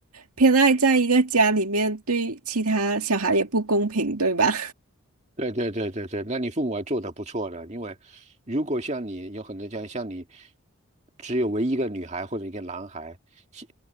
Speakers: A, on the right; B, on the right.
A: 偏爱在一个家里面对其他小孩也不公平，对吧？
B: 对对对对对，那你父母还做得不错的，因为如果像你有很多家像你只有唯一一个女孩或者一个男孩，其